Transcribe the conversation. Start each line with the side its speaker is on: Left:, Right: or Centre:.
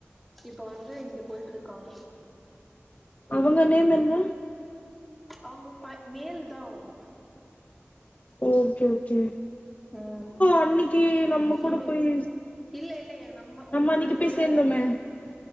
Centre: இப்ப வந்து இங்க போயிட்டு இருக்காங்க
Left: அவங்க நேம் என்ன
Centre: அவங்க பய் மேல் தா அவங்க
Left: ஓகே ஓகே
Centre: ம்
Left: அன்னிக்கு நம்ம
Centre: ஃபீமேல்
Left: கூட போய்
Centre: இல்ல இல்ல ஏ நம்ம உங்களுக்குலா
Left: அன்னைக்கு போய்
Centre: தெரியாது
Left: சேர்ந்தோமே
Centre: அவுங்கள